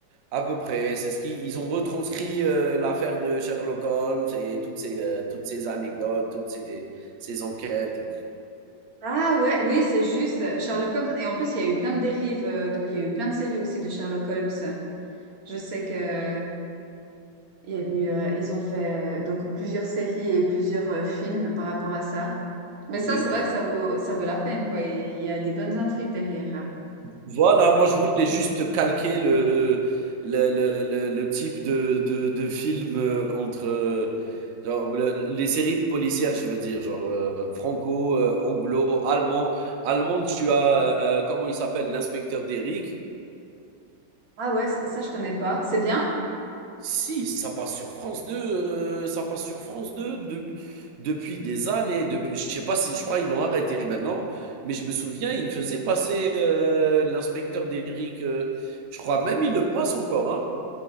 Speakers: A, on the right; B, on the right.
A: à peu près. C'est ce qu'ils ils ont retranscrit, heu, l'affaire de Sherlock Holmes et toutes ces, heu, toutes ces anecdotes, toutes ces ces enquêtes et tout.
B: Ah ouais, oui, c'est juste. euh, Sherlock Holmes. Et en plus, il y a eu plein de dérives. euh, donc, il y a eu plein de séries aussi de Sherlock Holmes. Je sais que il y a eu, euh, ils ont fait euh, donc plusieurs séries et plusieurs euh, films par rapport à ça. Mais ça,
A: Oui.
B: c'est vrai que ça vaut, ça vaut la peine, quoi. Et Il y a des bonnes intrigues derrière.
A: Voilà, moi je voulais juste calquer le, le, le, le- le type de, de, de film euh, entre euh, genre, le- les séries policières, je veux dire, genre euh, franco, euh, anglo, allemand. Allemand, tu as, euh, comment il s'appelle, l'inspecteur d'Eric.
B: Ah ouais, ça, ça, je connais pas. C'est bien?
A: Si, ça passe sur France 2, euh, ça passe sur France 2 de- depuis des années. Depuis, je sais pas si, je crois ils l'ont arrêté maintenant, mais je me souviens, ils faisaient passer euh, l'inspecteur d'Eric. euh, je crois même ils le passent encore, hein.